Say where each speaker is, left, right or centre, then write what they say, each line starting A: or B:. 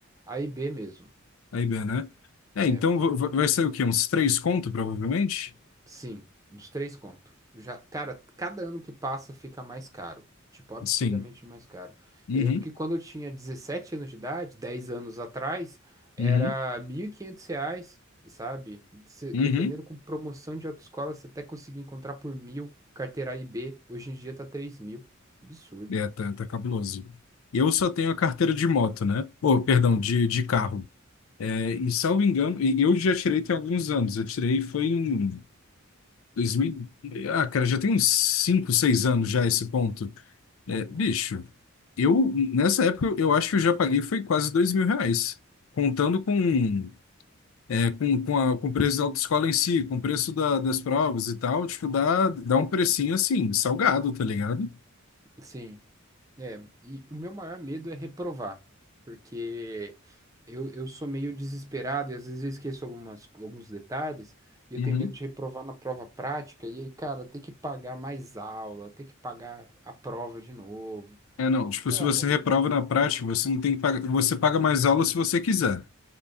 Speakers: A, on the right; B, on the left.
A: A e B mesmo.
B: A e B, né? É,
A: eh,
B: então va- va- vai ser o quê? Uns três conto, provavelmente?
A: Sim, uns três conto. Já, cara, cada ano que passa fica mais caro. Tipo, absurdamente
B: Sim.
A: mais caro.
B: Uhum,
A: Eu lembro que quando eu tinha 17 anos de idade, 10 anos atrás, era
B: uhum,
A: 1.500 reais, sabe? Se-
B: uhum.
A: dependendo com promoção de autoescola, você até conseguia encontrar por mil, carteira A e B. Hoje em dia tá três mil. Absurdo.
B: É, tá, tá cabuloso. Eu só tenho a carteira de moto, né? Ou, perdão,
A: Uhum,
B: de, de carro. É,
A: uhum,
B: E salvo engano, e eu já tirei tem alguns anos. Eu tirei foi em 2000. Ah, cara, já tem uns 5, 6 anos já esse ponto.
A: uhum,
B: É, bicho, eu nessa época eu acho que eu já paguei foi quase dois mil reais. Contando com, é, com, com, a, com o preço da autoescola em si, com o preço da- das provas e tal, tipo, dá, dá
A: uhum.
B: um precinho assim, salgado, tá ligado?
A: Sim. É, e o meu maior medo é reprovar, porque eu, eu sou meio desesperado e às vezes eu esqueço algumas, alguns detalhes e eu
B: Uhum.
A: tenho medo de reprovar na prova prática e aí, cara, ter que pagar mais aula, ter que pagar a prova de novo,
B: É, não, tipo,
A: pelo
B: se
A: amor
B: você reprova
A: de Deus.
B: na prática, você não tem que pagar, você paga mais aula se você quiser.